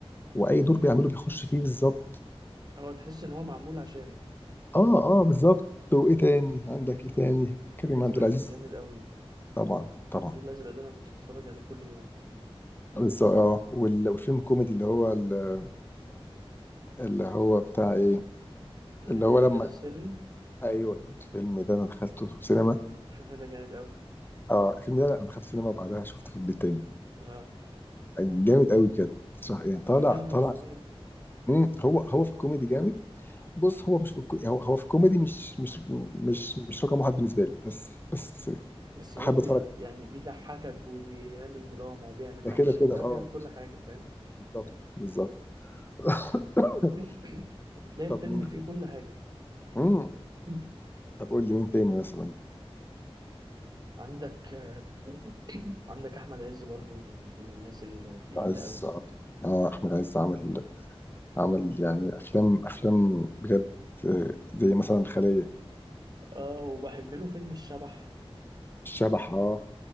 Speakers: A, on the left; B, on the right.
A: واي دور بيعمله بيخش فيه بالظبط
B: هو تحس إن هو معمول عشانه
A: اه اه بالظبط وايه تاني عندك ايه تاني
B: الفيل
A: كريم
B: الأزرق
A: عبد العزيز
B: كان جامد أوي
A: طبعا طبعا
B: الفيل الأزرق ده أنا كنت بتفرج عليه كل يوم
A: بالظبط اه وال- والفيلم الكوميدي اللي هو ال- اللي هو بتاع ايه اللي
B: نادي
A: هو
B: الرجال
A: لما
B: السري
A: ايوه الفيلم ده انا دخلته في سينما
B: <laughs> ده جامد أوي
A: اه الفيلم ده انا دخلت سينما وبعدها شفته في البيت تاني
B: اه
A: جامد قوي بجد صح يعني طالع
B: فيلم
A: طالع
B: فظيع
A: مم. هو هو في الكوميدي جامد بص هو مش في الكو... يعني هو هو في الكوميدي مش مش مش مش رقم واحد بالنسبه لي بس بس
B: بس هو
A: احب
B: بي
A: اتفرج
B: يعني بيضحكك وبيعمل دراما وبيعمل
A: ده
B: أكشن
A: كده كده
B: وبيعرف
A: اه
B: يعمل كل حاجة فاهم
A: بالظبط بالظبط <coughs> <laughs>
B: <clears throat> تلاقي الفيلم
A: طب مين
B: فيه
A: تاني؟
B: كل حاجة
A: مم.
B: <clears throat>
A: طب قول لي مين تاني مثلا
B: عندك آه، عندك أحمد عز برضو من الناس الثقيلة
A: عايز
B: أوي
A: اه احمد عز عمل عمل يعني افلام افلام بجد آه، زي مثلا الخلية
B: اه وبحب له فيلم الشبح
A: الشبح اه